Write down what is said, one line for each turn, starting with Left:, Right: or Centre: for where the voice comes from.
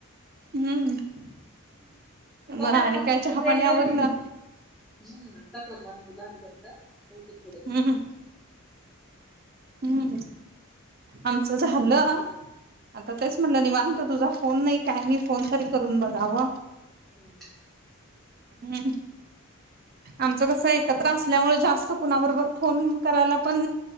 Right: हम्म
Centre: पण
Right: मग आणि काय
Centre: तिघे
Right: चहापाणी
Centre: वेगवेगळे
Right: आवर ना
Centre: हम्म आता करणार मुलंलीात आता इथून पुढ
Right: हम्म हम्म आमचं झालं आता
Centre: हम्म
Right: तेच म्हणलं नि वानत तुझा फोन नाही काय मी फोन तरी करून बघाव
Centre: हम्म
Right: ह् आमचं कस एकत्र असल्यामुळे जास्त कुणाबरोबर फोन करायला पण